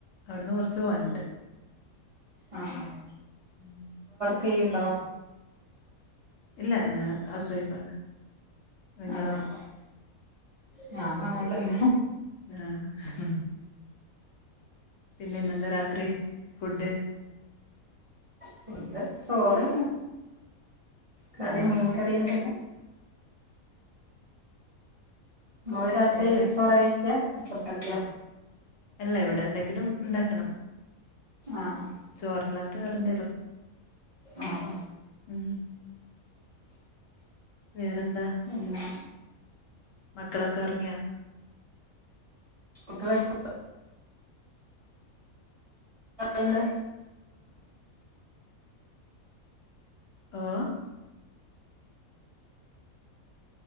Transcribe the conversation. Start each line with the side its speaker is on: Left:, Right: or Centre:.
Left: അവിടുന്ന് കുറച്ച് പോവാനുണ്ട്
Right: ആഹ് ആഹ്
Left: ഉം.
Right: കെയ്യ്ണ്ടൊ
Left: ഇല്ല ഞാൻ ഹൗസ് വൈഫാണ് നിങ്ങളോ?
Right: ആഹ് ആഹ് ഞാനും അങ്ങന തന്നെ
Left: ആഹ് പിന്നെ ഇന്നെന്താ രാത്രി ഫുഡ്
Right: ഫുഡ് ചോറ് കറി
Left: ആഹ്
Right: മീൻ കറിയുണ്ട് ഇങ്ങള് രാത്രി
Left: വേറെ
Right: ചോറാ കഴിക്കാ ചപ്പാത്തിയോ
Left: അല്ല ഇവിടെ എന്തെങ്കിലും ഉണ്ടാക്കണം
Right: ആഹ
Left: ചോറല്ലാത്ത വറെന്തേല്ലോ
Right: ആ ആ
Left: ഉ വേറെന്താ
Right: പിന്നെ
Left: മക്കളൊക്കെ ഇറങ്ങിയാ
Right: കുട്ടിയ <unintelligible> എണ്ട്
Left: ഓ